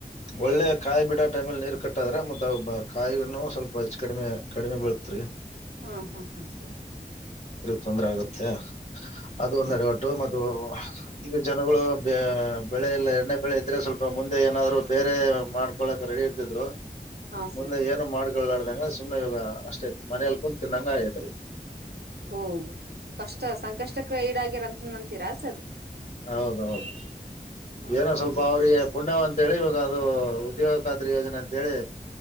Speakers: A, on the left; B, on the right.
A: ಒಳ್ಳೆ ಕಾಯಿ ಬಿಡೋ ಟೈಮಲ್ಲಿ ನೀರ್ ಕಟ್ಟಾದ್ರೆ ಮತ್ತತ್ ಕಾಯಿನ್ನ ಸ್ವಲ್ಪ ಹೆಚ್ಚ ಕಡಿಮೆ ಕಡಿಮೆ ಬೆೀಳತತ್ ರರಿ
B: ಹಾ ಹಾ ಹಾ ಸರಿ
A: ತೊಂದ್ರ ಆಗತ್ತೆ ಅದು
B: ಓ
A: ಒಂದ್ೆಡೆ ಒಟ್ಟು ಮ ಈಗ ಜನಗಳು ಬೆಳೆ ಎಲ್ಲ ಎಣ್ಣೆ ಬೆಳೆ ಇದ್ರೆ ಸ್ವಲ್ಪ ಮುಂದೆ ಏನಾದ್ರು ಬೇರೆ ಮಾಡ್ಕೊಳಕ್ ರೆಡಿ ಇರ್ತಿದ್ರು
B: ಹಾ
A: ಮುಂದೆ
B: ಸರ್
A: ಏನು ಮಾಡ್ಕಾರ್ದಂಗ ಸುಮ್ನೆ ಇವಾಗ ಅಷ್ಟೇ ಮನಲ್ ಕು ತಿನ್ನಂಗ ಆಯತ್ರಿ
B: ಓ ಕಷ್ಟ ಸಂಕಷ್ಟಕ್ಕೆ ಈಡಾಗಿರಂತ ಅಂತೀರಾ ಸರ್
A: ಹೌದೌದು
B: ಹಾ
A: ಏನೋ ಸ್ವಲ್ಪ
B: ಹಾ
A: ಅವರಿಗೆ ಪುಣ್ಯವಂತ ಹೇಳಿ ಇವಾಗ ಅದು ಉದ್ಯೋಗ ಖಾದ್ರರಿ ಯೋಜನೆ ಅಂತೇಳಿ